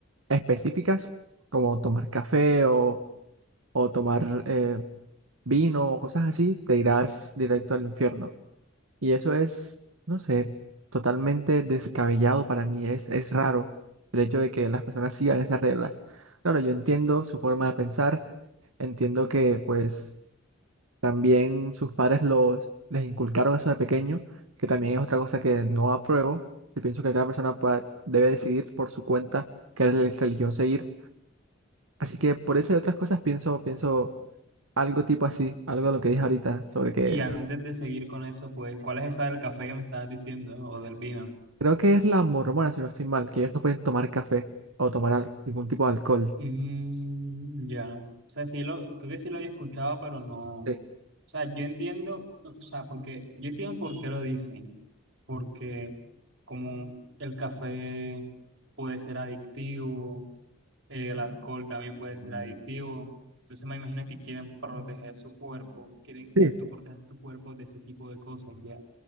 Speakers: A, on the right; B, on the right.
A: específicas, como tomar café o, o tomar eh, vino o cosas así, te irás directo al infierno. Y eso es, no sé, totalmente descabellado para mí. Es, es raro el hecho de que las personas sigan esas reglas. Claro, yo entiendo su forma de pensar, entiendo que pues También sus padres los, les inculcaron eso de pequeño, que también es otra cosa que no apruebo. Yo pienso que cada persona pueda- debe decidir por su cuenta qué re- religión seguir. Así que por eso y otras cosas pienso, pienso algo tipo así, algo de lo que dije ahorita, sobre que
B: Y antes de seguir con eso, pues, ¿cuál es esa del café que me estabas diciendo o del vino?
A: creo que es la mormona, si no estoy mal, que ellos no pueden tomar café o tomar al- ningún tipo de alcohol.
B: Mm, ya. O sea, sí lo, creo que sí lo había escuchado, pero no.
A: Eh,
B: O sea, yo entiendo, o sea, porque yo entiendo por qué lo dicen, porque como el café puede ser adictivo, eh, el alcohol también puede ser adictivo, entonces me imagino que quieren proteger su cuerpo, quieren que
A: Sí,
B: tú protejas tu cuerpo de ese tipo de cosas, ya.